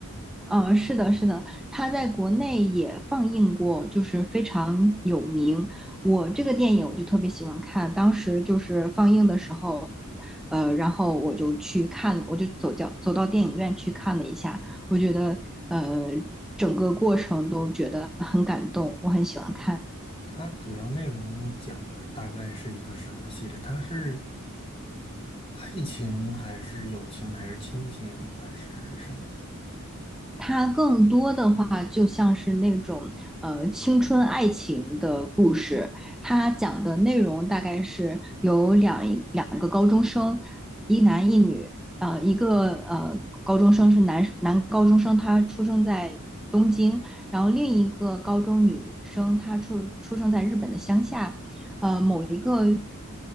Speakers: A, in the centre; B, on the left.
A: 呃，是的，是的，它在国内也放映过，就是非常有名。我这个电影我就特别喜欢看，当时就是放映的时候，呃，然后我就去看，我就走掉，走到电影院去看了一下，我觉得呃，整个过程都觉得很感动，我很喜欢看。
B: 它主要内容讲的大概是一个什么系列？它是爱情还是友情还是亲情还是什么的？
A: 它更多的话就像是那种呃青春爱情的故事，它讲的内容大概是有两两个高中生，一男一女，呃，一个呃高中生是男男高中生，他出生在东京，然后另一个高中女生她出出生在日本的乡下，呃，某一个